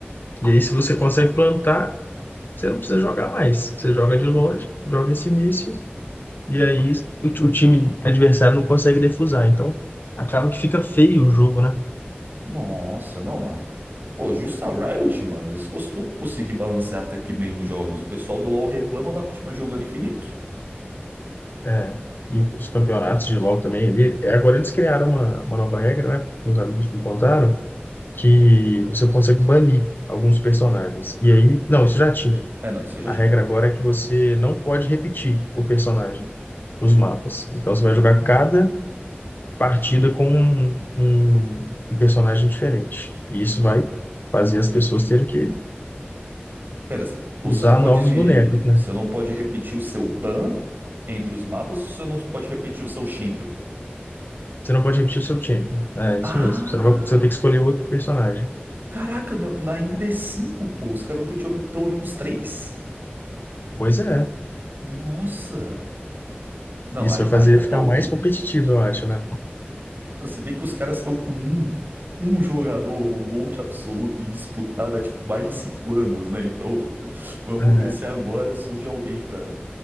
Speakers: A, on the left; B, on the right.
A: e aí, se você consegue plantar, você não precisa jogar mais. Você joga de longe, joga esse início, e aí o, ti- o time adversário não consegue defusar. Então, acaba que fica feio o jogo, né?
B: Nossa, não, mano. Pô, justa Riot, mano. Eles costumam conseguir balancear até que bem os jogos. O pessoal do LoL reclama, mas continua jogando infinito.
A: É, é. e os campeonatos de LoL também ali. é, Agora eles criaram uma, uma nova regra, né? Meus amigos me contaram, que você consegue banir alguns personagens. E aí, não, isso já tinha.
B: É, não, isso aí já
A: A
B: tinha.
A: regra agora é que você não pode repetir o personagem nos mapas. Então você vai jogar cada partida com um, um- um personagem diferente. E isso vai fazer as pessoas terem que
B: Pera, você
A: usar
B: não pode.
A: novos bonecos, né?
B: Você não pode repetir o seu ban entre os mapas, você não pode repetir o seu champion.
A: Você não pode repetir o seu tempo. É isso
B: Ah!
A: mesmo. Você não vai, você vai ter que escolher outro personagem.
B: Caraca, na, na md cinco pô, os caras vão ter que jogar pelo menos três?
A: Pois é.
B: Nossa! Não,
A: Isso
B: aí,
A: vai fazer
B: aí é
A: ele
B: top.
A: ficar mais competitivo, eu acho, né?
B: Não, se bem que os caras estão com um, um jogador, o GOAT absoluto e disputado há tipo, mais de cinco anos, né? Então, <laughs> vamos
A: É.
B: ver se agora surge alguém pra,